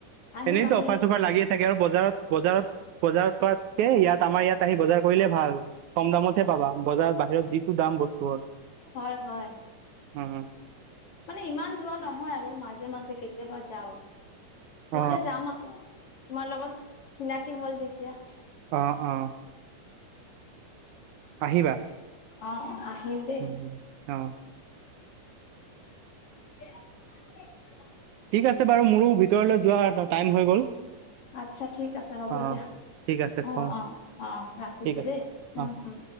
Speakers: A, on the left; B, on the right.
A: আহিম
B: এনেইতো
A: আহিম
B: অফাৰ-চফাৰ লাগিয়ে থাকে আৰু বজাৰত, বজাৰত, বজাৰত কৰাতকে ইয়াত আমাৰ ইয়াত আহি বজাৰ কৰিলে ভাল। কম দামতহে পাবা, বজাৰত বাহিৰত যিটো দাম বস্তুৰ।
A: হয়, হয়।
B: উম, উম।
A: মানে ইমান যোৱা নহয় আৰু মাজে-মাজে কেতিয়াবা যাওঁ।
B: অ
A: এতিয়া যাম আকৌ তোমাৰ লগত চিনাকি হ'ল যেতিয়া।
B: অ' অ'। আহিবা।
A: অ' অ' আহিম। দেই
B: উম, অ'।
A: <unintelligible>
B: ঠিক আছে বাৰু মোৰো ভিতৰলৈ যোৱা এটা টাইম হৈ গ'ল।
A: আচ্ছা ঠিক আছে হ'ব
B: অ', অ',
A: দিয়া।
B: ঠিক আছে
A: অ'অ'
B: থওঁ
A: অ' ৰাখিছোঁ
B: ঠিক আছে।
A: দেই উম,
B: অ'।
A: হ'ম।